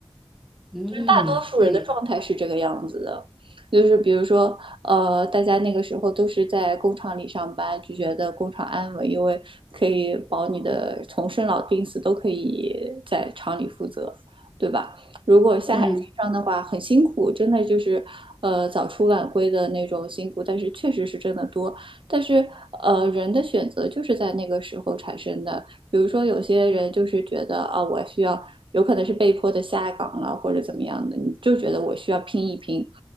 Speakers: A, in the centre; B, on the right.
A: 嗯，
B: 大多数人的状态是这个样子的，
A: 对，
B: 就是比如说，呃，大家那个时候都是在工厂里上班，就觉得工厂安稳，因为可以保你的从生老病死都可以在厂里负责，对吧？如果下海经商的话，
A: 嗯，
B: 很辛苦，真的就是，呃，早出晚归的那种辛苦，但是确实是真的多。但是，呃，人的选择就是在那个时候产生的。比如说，有些人就是觉得啊，我需要有可能是被迫的下岗了或者怎么样的，你就觉得我需要拼一拼。